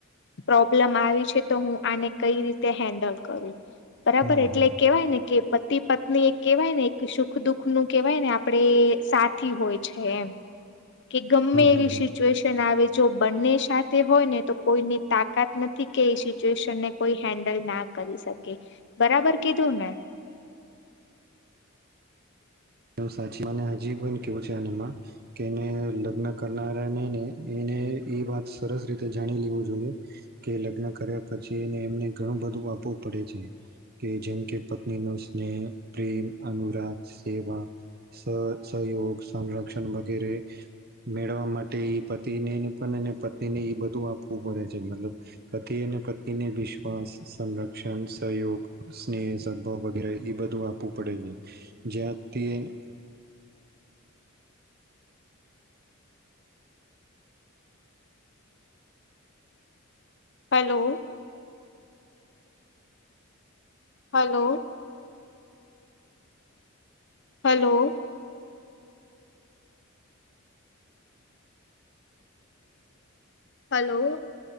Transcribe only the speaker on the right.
હમ
હમ
હમ હમ
<inaudible> મને હજી પણ કેવું છે. આનામાં કે એને લગ્ન કરનારાનેને એને એ વાત સરસ રીતે જાણી લેવું જોઈએ, કે લગ્ન કર્યા પછી ને એમને ઘણું બધું આપવું પડે છે, કે જેમ કે પત્ની નો સ્નેહ પ્રેમ અનુરાગ સેવા. સ સહયોગ, સંરક્ષણ વગેરે મેળવવા માટે ઇ પતિને પણને પત્નીને ઇ બધું આપવું પડે છે, મતલબ પતિ અને પત્નીને વિશ્વાસ, સંરક્ષણ, સહયોગ, સ્નેહ, સદભાવ વગેરે બધું આપવું પડે છે, જ્યાં તે <inaudible>